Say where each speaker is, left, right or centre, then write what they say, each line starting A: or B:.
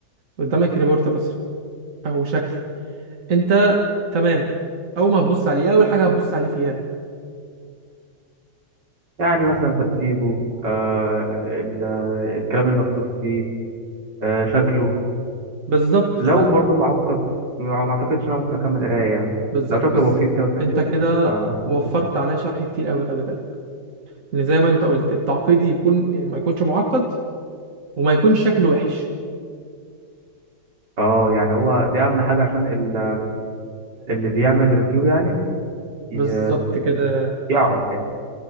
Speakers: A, on the right; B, on the right.
A: قدامك ريبورت مثلا او شكل انت تمام اول ما هتبص عليه اول حاجه هتبص عليه فيها
B: يعني مثلا ترتيبه آه ال- آه، الكلام اللي مكتوب فيه آه شكله
A: بالظبط
B: لو
A: ف
B: برضه معقد ما ما اعتقدش ان انا ممكن اكمل قرايه يعني
A: بز-
B: لو
A: بص
B: شكله بسيط كده وسيمبل
A: انت كده
B: فممكن
A: وفرت
B: أكمل.
A: عليا شرح كتير قوي خلي بالك لان زي ما انت قلت التعقيد يكون يعني ما يكونش معقد وما يكونش شكله وحش
B: اه يعني هو دي اهم حاجه عشان ال- اللي بيعمل ريفيو يعني ي-
A: بالظبط كده
B: يعرف يعني